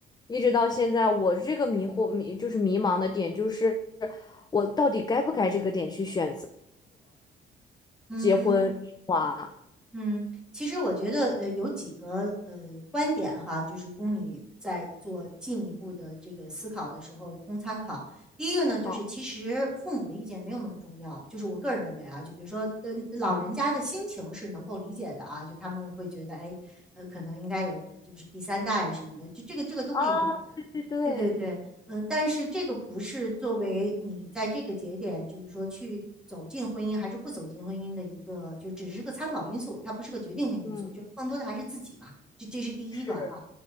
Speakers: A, on the left; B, in the centre.
A: 一直到现在，我这个迷惑迷就是迷茫的点，就是我到底该不该这个点去选择
B: 嗯
A: 结婚生娃？
B: 嗯，其实我觉得呃有几个呃观点哈，就是供你在做进一步的这个思考的时候供参考。第一个呢，
A: 好，
B: 就是其实父母的意见没有那么重要，就是我个人认为啊，就比如说呃老人家的心情是能够理解的啊，
A: 嗯
B: 就他们会觉得哎呃可能应该有就是第三代什么的，就这个这个都可以理解。
A: 啊，对对，
B: 对对对，嗯、呃但是这个不是作为你在这个节点，就是说去走进婚姻还是不走进婚姻的一个，就只是个参考因素，它不是个决定性因素，
A: 嗯
B: 就更多的还是自己嘛，这这是第一个哈。
A: 是，